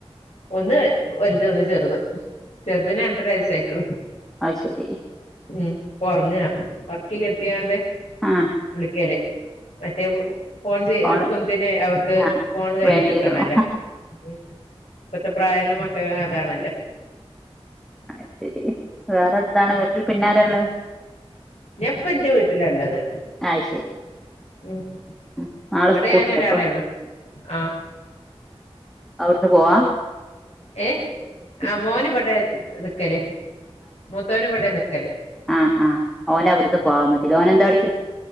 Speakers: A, on the left; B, in the centre.
A: ഒന്ന് വലുത ഒന്ന് ചെറുത് ചെറുതെ രണ്ടരാവയസ്സായിട്ടുള്ളു
B: ആയ് ശരി
A: ഉം ഉറങ്ങാ ഉറക്കികടത്തിക്കാണ്ട്
B: ആഹ്
A: വിളിക്കല് മറ്റേ ഫോൺ ചെയ
B: ഓള്
A: എടുക്കുന്നതിന് അവർക്ക്
B: ആഹ്
A: ഫോൺ കയ്യികിട്ടണല്ലോ
B: വേണ്ടിവരും
A: ഉം ഇപ്പത്തെ പ്രായല്ല മക്കൾ അതാണല്ലോ
B: ആയ് ശരി വേറെ എന്താണ് വീട്ടിൽ പിന്നാരള്ളത്
A: ഞാൻ ഇപ്പംഎൻറെ വീട്ടില ഉള്ളത്
B: അത് ശരി
A: ഉം
B: ഉം. നാളെ
A: ഇവിടെ
B: സ്കൂൾണ്ടപ്പൊ
A: ഞാനൊ ഒരാളെ ഉള്ളു ആ
B: അവിടുന്ന് പോവാ
A: ഏ ആ
B: സ്
A: മോന് ഇപടയ നിക്കല്ലേ മുത്തോന ഇപടയ നിക്കി
B: ആ ആ ഓന് അവിടുത്ത് പോവാൻ മതില്ല ഓന എന്താ പണി